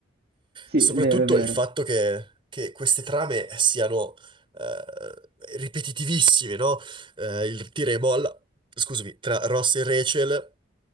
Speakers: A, on the right; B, on the right.
A: Sì,
B: Soprattutto
A: è vero, è vero.
B: il fatto che, che queste trame siano eh, ripetitivissime, no? Eh, il tira e molla, scusami, tra Ross e Rachel.